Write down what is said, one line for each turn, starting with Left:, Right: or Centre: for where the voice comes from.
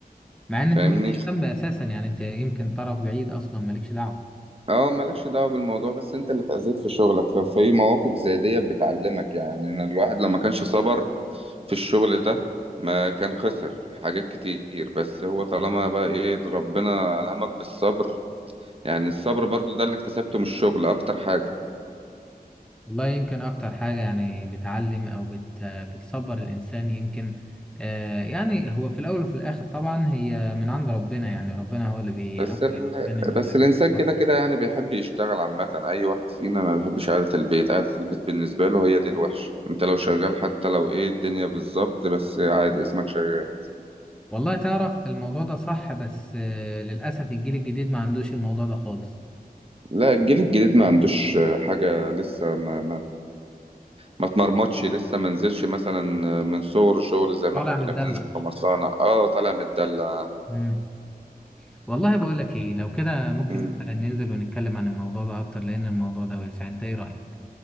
Centre: مع ان
Right: فاهمني
Centre: انت مالكش ذنب اساسا يعني انت يمكن طرف بعيد اصلا مالكش دعوه
Right: اه مالكش دعوة بالموضوع بس انت اللي اتأذيت في شغلك ففي مواقف زي دي بتعلمك يعني إن الواحد لما كانش صبر في الشغل ده ما كان خسر حاجات كتير بس هو طالما بقى ايه ربنا ألهمك بالصبر يعني الصبر برضو ده اللي اكتسبته من الشغل اكتر حاجة
Centre: والله يمكن اكتر حاجه يعني بتعلم او بت بتصبر الانسان يمكن آه يعني هو في الاول وفي الاخر طبعا هي من عند ربنا يعني ربنا هو اللي بيقوي
Right: بس ال...
Centre: الانسان ان هو
Right: بس
Centre: يتصبر.
Right: الانسان كده كده يعني بيحب يشتغل عامة اي واحد فينا ما بيحبش قعدة البيت قعدة البيت بالنسبة له هي دي الوحشة انت لو شغال حتى لو ايه الدنيا بالظبط بس عادي اسمك شغال
Centre: والله تعرف الموضوع ده صح بس آه للاسف الجيل الجديد ما عندوش الموضوع ده خالص
Right: لا الجيل الجديد ما عندوش حاجة لسه ما ما ما اتمرمطش لسه ما نزلش مثلا من صور شغل زي ما
Centre: طالع
Right: احنا كنا
Centre: متدلع
Right: بننزل في مصانع اه طالع متدلع
Centre: مم. والله بقول لك ايه لو كده ممكن
Right: مم.
Centre: مثلا ننزل ونتكلم عن الموضوع ده اكتر لان الموضوع ده واسع انت ايه رايك